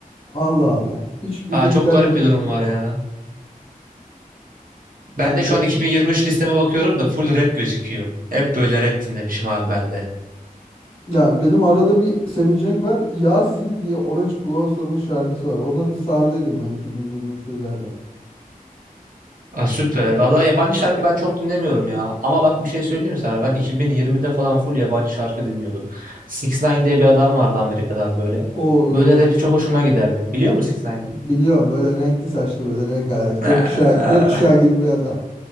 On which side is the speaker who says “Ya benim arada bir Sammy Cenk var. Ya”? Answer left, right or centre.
Left